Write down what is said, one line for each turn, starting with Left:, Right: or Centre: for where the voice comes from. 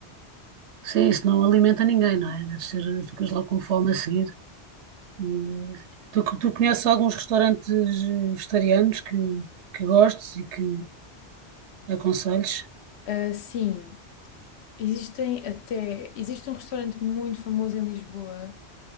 Right: sim, isso não alimenta ninguém, não é? Deve ser, ficas logo com fome a seguir. E tu, tu conheces alguns restaurantes eh, vegetarianos que, que gostes e que aconselhes?
Left: Ah, sim, existem até... Existe um restaurante muito famoso em Lisboa,